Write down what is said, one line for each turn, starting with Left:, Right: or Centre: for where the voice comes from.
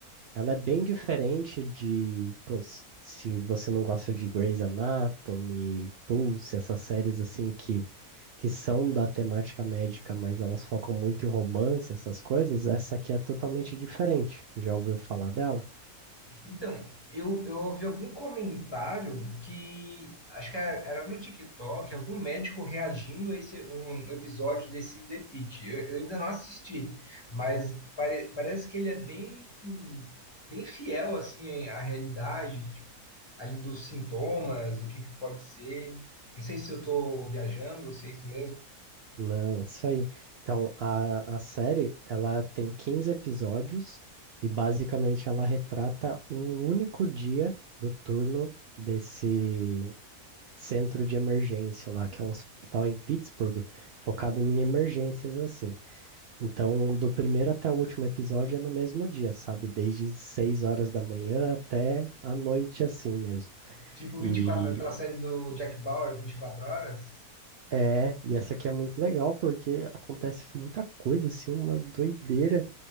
Right: Ela é bem diferente de, pô, s- se você não gosta de Grey's Anatomy, Pulse, essas séries assim que, que são da temática médica, mas elas focam muito em romance, essas coisas, essa aqui é totalmente diferente. Já ouviu falar dela?
Left: Então, eu, eu ouvi algum comentário que acho que era era no TikTok, algum médico reagindo a esse, um episódio desse The Pitt. Eu, eu ainda não assisti, mas pare- parece que ele é bem, bem fiel assim à realidade ali dos sintomas, do que, que pode ser. Não sei se eu tô viajando ou se é isso mesmo.
Right: Não, é isso aí. Então, a, a série, ela tem 15 episódios e basicamente ela retrata um único dia do turno desse centro de emergência lá, que é um hospital em Pittsburgh, focado em emergências assim. Então, do primeiro até o último episódio é no mesmo dia, sabe? Desde 6 horas da manhã até a noite assim mesmo.
Left: Tipo
Right: E
Left: 24, aquela série do Jack Bauer, 24 horas.
Right: é, e essa aqui é muito legal porque acontece muita coisa assim, uma doideira.